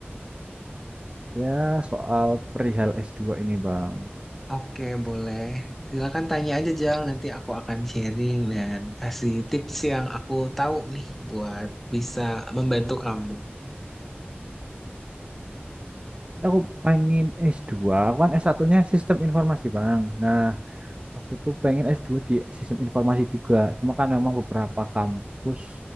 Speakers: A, on the right; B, in the centre.
A: ya soal perihal s dua ini bang.
B: Oke, boleh. Silakan tanya aja, Jal. Nanti aku akan sharing dan kasih tips yang aku tahu nih buat bisa membantu kamu.
A: Aku pengen s dua. aku kan S1-nya sistem informasi bang. Nah Aku tuh pengen s dua di sistem informasi juga. Cuma kan memang beberapa kampus